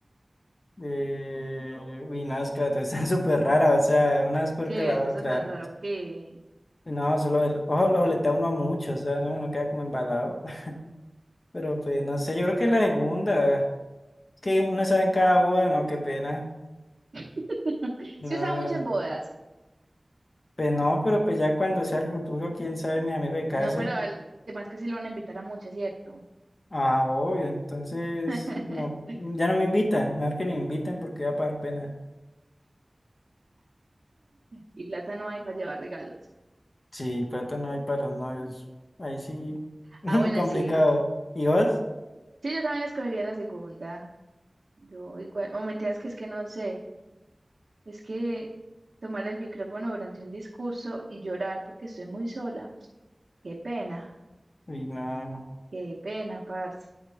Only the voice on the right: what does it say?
Cierto,
eso tan raro que...
Pero
<laughs>
sí usaba muchas bodas.
No, pero al- además que sí lo van a invitar a muchas, ¿cierto?
<laughs>
Y plata no hay para llevar regalos.
Ah, bueno,
sí.
Sí, yo también escogería la segunda. Yo igual, o mentiras que es que no sé, es que tomar el micrófono durante un discurso y llorar porque estoy muy sola, qué pena,
qué pena, parce.